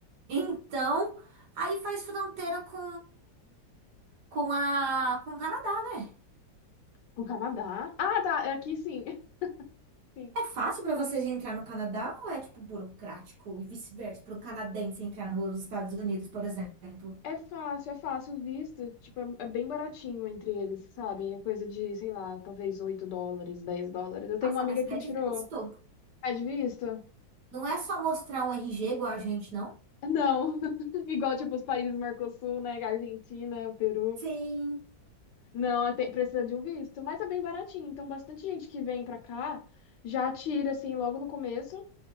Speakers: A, on the right (about 65°); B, on the left (about 70°).
A: Então, aí faz fronteira com, com a, com o Canadá, né?
B: O Canadá? Ah, tá. é Aqui sim. <laughs> Sim.
A: É fácil pra vocês entrar no Canadá ou é tipo burocrático e vice-versa para um canadense entrar nos Estados Unidos, por exemplo?
B: É fácil, é fácil o visto. Tipo, é é bem baratinho entre eles, sabem? É coisa de, sei lá, talvez 8 dólares, 10 dólares. Eu tenho
A: Nossa,
B: uma amiga
A: mas pede
B: que tirou.
A: visto.
B: É de visto?
A: Não é só mostrar um RG igual a gente, não?
B: Não, <laughs> igual tipo os países Mercosul, né? Argentina, Peru.
A: Sim,
B: Não, é, tem- precisa de um visto, mas é bem baratinho. Então, bastante gente que vem pra cá já tira assim logo no começo